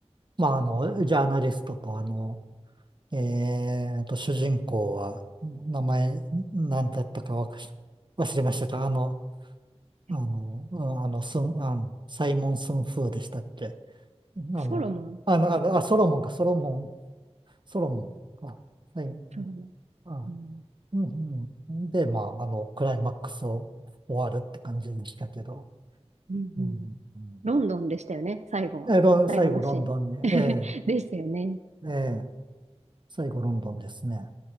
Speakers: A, on the right; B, on the right.
A: まあ、あの、ジャーナリストと、あの、えーと、主人公は、名前、なんだったかわかし忘れましたが、あの、
B: はい。
A: あの、うんあの、スン、あの、サイモン・スンフーでしたっけあの、
B: ソロモンですか
A: あの、あの、あ、ソロモンか、ソロモン、ソロモンか、はい、
B: ソロモン。
A: あ、
B: うん。
A: うん、うん。で、まあ、あの、クライマックスを終わるって感じでしたけど、
B: うんうん。
A: うん、うん
B: ロンドンでしたよね、最後は。
A: え、ロン、
B: 最後のシーン。
A: 最後、ロンドンに、
B: <laughs>
A: え
B: でしたよね。
A: えええ最後ロンドンですね。